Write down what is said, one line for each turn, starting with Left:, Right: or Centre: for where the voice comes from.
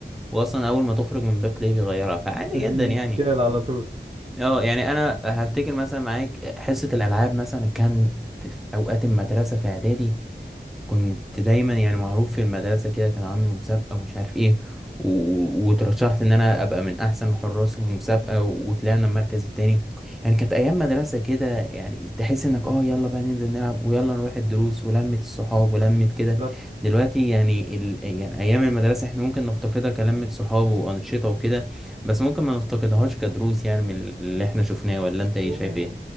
Centre: واصلا اول ما تخرج من الباب تلاقيه بيغيرها فعادي
Right: بيتشال
Centre: جدا يعني
Right: على طول
Centre: اه يعني انا هفتكر مثلا معاك آه، حصه الالعاب مثلا كان في اوقات المدرسه في اعدادي كنت دايما يعني معروف في المدرسة كده كان عامل مسابقة ومش عارف ايه و... وترشحت ان انا ابقى من احسن الحراس في المسابقة و... وطلعنا المركز التاني يعني كانت ايام مدرسة كده يعني تحس انك اه يلا بقى ننزل نلعب ويلا نروح الدروس ولمة الصحاب ولمة كده
Right: بالظبط
Centre: دلوقتي يعني ال... يعني ايام المدرسة احنا ممكن نفتقدها كلمة صحاب وانشطة وكده بس ممكن ما نفتقدهاش كدروس يعني من اللي احنا شفناه ولا انت ايه
Right: و-
Centre: شايف ايه